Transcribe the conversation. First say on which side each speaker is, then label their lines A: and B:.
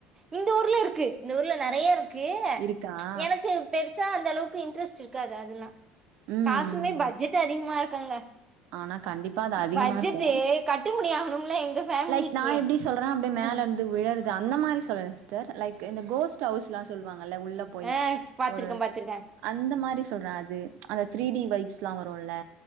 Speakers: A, on the right; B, on the right.
A: இந்த ஊர்ல இருக்கு இந்த ஊர்ல நெறைய இருக்கு
B: இருக்கா
A: எனக்கு பெருசா அந்த அளவுக்கு இன்ட்ரெஸ்ட் இருக்காது அதுல்லா
B: ம்
A: காசுமே
B: ம்
A: பட்ஜெட் அதிகமா இருக்குங்க
B: ஆனா கண்டிப்பா அது அதிகமா
A: பட்ஜெட்டு
B: இருக்கு
A: கட்டுபடி ஆகணும்ல எங்க ஃபேமிலிக்கு
B: லைக் நா எப்டி சொல்றேன்னா அப்டியே மேல
A: ம்
B: இருந்து விழறது அந்த மாரி சொல்றே லைக் இந்த கோஸ்ட் ஹவுஸ்ல்லா சொல்லுவாங்கல்ல உள்ள போய்
A: ஆ பாத்திருக்கே
B: ஒரு
A: பாத்திருக்கே
B: அந்த மாரி சொல்றா அது அந்த த்ரீ டி வைப்ஸ்ல்லா வருல்ல